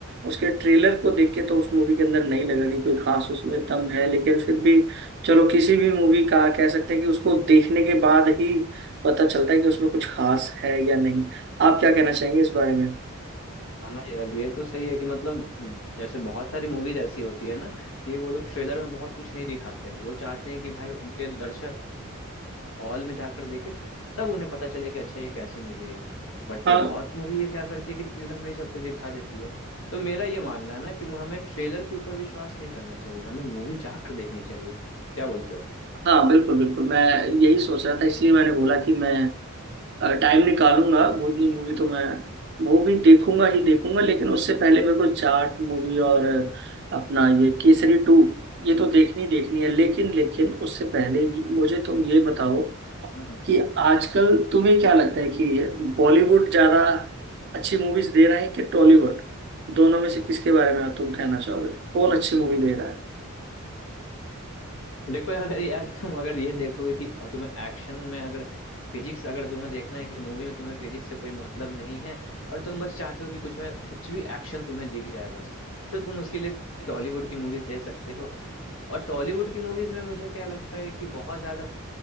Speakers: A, on the right; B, on the left.
A: उसके ट्रेलर को देख के तो उस मूवी के अंदर नहीं लगा कि कोई खास उसमें दम है लेकिन फिर भी चलो किसी भी मूवी का कह सकते हैं कि उसको देखने के बाद ही पता चलता है कि उसमें कुछ खास है या नहीं आप क्या कहना चाहेंगे इस बारे में
B: हाँ हाँ यार ये तो सही है कि मतलब जैसे बहुत सारी मूवीज ऐसी होती है ना कि वो लोग ट्रेलर में बहुत कुछ नहीं दिखाते हैं वो चाहते हैं कि भाई उनके दर्शक हॉल में जाकर देखे तब उन्हें पता चले कि अच्छा ये कैसी मूवी है बट
A: हाँ
B: बहुत मूवी ये क्या करती है कि ट्रेलर में ही सब कुछ दिखा देती है तो मेरा ये मानना है ना कि हमें ट्रेलर के ऊपर विश्वास नहीं करना चाहिए हमें मूवी जाकर देखनी चाहिए क्या बोलते हो
A: हाँ बिल्कुल बिल्कुल मैं यही सोच रहा था इसलिए मैंने बोला कि मैं टाइम निकालूंगा भूतनी मूवी तो मैं वो भी देखूंगा ही देखूंगा लेकिन उससे पहले मेरे को जाट मूवी और अपना ये केसरी टू ये तो देखनी देखनी है लेकिन लेकिन उससे पहले ही मुझे तुम ये बताओ
B: हम्म
A: कि आजकल तुम्हें क्या लगता है कि बॉलीवुड ज्यादा अच्छी मूवीज दे रहा है कि टॉलीवुड दोनों में से किसके बारे में तुम कहना चाहोगे कौन अच्छी मूवी दे रहा है
B: देखो अगर यार तुम अगर ये देखोगे कि अब तुम्हें एक्शन में अगर फिजिक्स अगर तुम्हें देखना है कि मूवी में तुम्हें फिजिक्स से कोई मतलब नहीं है और तुम बस चाहते हो कि कुछ में कुछ भी एक्शन तुम्हें दिख जाए बस तो तुम उसके लिए टॉलीवुड की मूवीज दे सकते हो और टॉलीवुड की मूवीज में मुझे क्या लगता है कि बहुत ज्यादा